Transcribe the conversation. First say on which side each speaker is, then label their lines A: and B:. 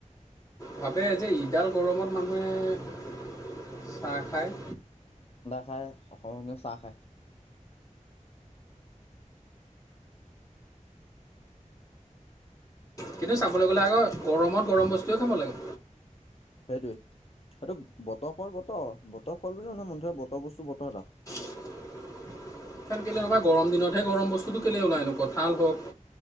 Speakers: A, on the left; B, on the left.
A: ভাবে যে, এইডাল গৰমত মানুহে চাহ খায়!
B: খায়, অসমীয়া মানুহে চাহ খায়।
A: কিন্তু, চাবলৈ গ'লে আকৌ গৰমত গৰম বস্তুৱে খাব লাগে।
B: সেইটোৱে। সেইটো বতৰ ফল বতৰত, বতৰ ফল বুলি মন যায়, বতৰ বস্তু বতৰত আহ
A: <unintelligible> <unintelligible> গৰম দিনতহে গৰম বস্তুটো কেলেই ওলায়নো কঁঠাল হওঁক?